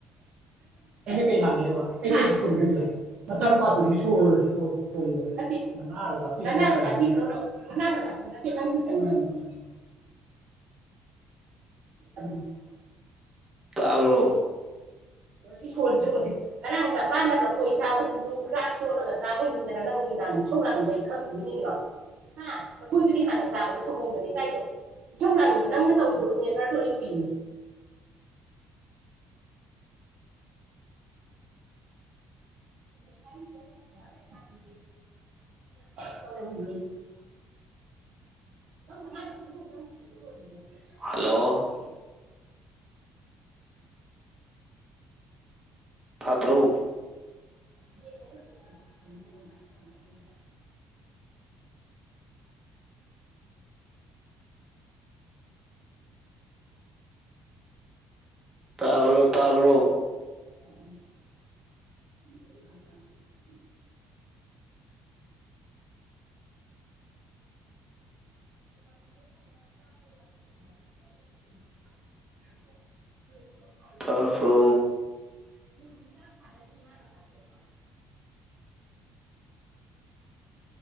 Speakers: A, on the right (about 60°); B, on the right (about 20°).
A: ꯀꯩ ꯌꯥꯅꯦꯕ ꯑꯩ ꯀ ꯁꯣꯡꯒꯦꯁꯨ ꯌꯥꯏ ꯅꯆꯥꯅꯨꯄꯥ ꯑꯇꯣꯝꯕꯤ ꯁꯣꯔ ꯁꯣ ꯍꯣꯂꯤꯗꯣ ꯅꯅꯥꯗꯣ <unintelligible> ꯅꯅꯥꯗꯣ ꯇꯥꯒꯤꯕ ꯅꯠꯇꯦ ꯅꯪꯁꯨ ꯍꯦꯟꯃꯜꯂꯝꯅꯤ <unintelligible>
B: ꯇꯥꯕ꯭ꯔꯣ
A: ꯁꯤ ꯁꯣꯜꯂꯤꯖꯤ ꯌꯦꯡꯉꯨꯁꯦ ꯉꯔꯥꯡ ꯅꯄꯥꯅ ꯂꯈꯣꯏ ꯆꯥꯕꯗꯨꯁꯨ ꯆ ꯇꯣꯠꯂꯒ ꯆꯥꯕꯣꯏ ꯅꯤꯡꯗꯅ ꯅꯪ ꯅꯨꯡꯗꯥꯡꯅꯤ ꯁꯧ ꯂꯥꯡꯉꯩꯗꯣ ꯑꯩ ꯈꯪ ꯉꯨꯕꯤꯅꯤꯡꯉꯤꯔꯣ ꯍꯥ ꯅꯈꯣꯏꯗꯨꯗꯤ ꯍꯥꯟꯅ ꯆꯥꯕꯅꯤ ꯊꯧꯒꯣꯗꯅꯦ ꯏꯀꯥꯏꯗꯣ ꯏꯊꯧ ꯂꯥꯡꯗꯣ ꯅꯪꯅ ꯗꯣꯅꯤꯖꯔ ꯗꯣꯂꯤꯨꯅꯤ <inaudible> <unintelligible> <inaudible> <unintelligible>
B: ꯍꯜꯂꯣ ꯐꯥꯇ꯭ꯔꯧ
A: <inaudible>
B: ꯇꯥꯕ꯭ꯔꯣ ꯇꯥꯕ꯭ꯔꯣ
A: <inaudible> <inaudible> <unintelligible>
B: ꯇꯥꯄ꯭ꯔꯣ
A: <unintelligible>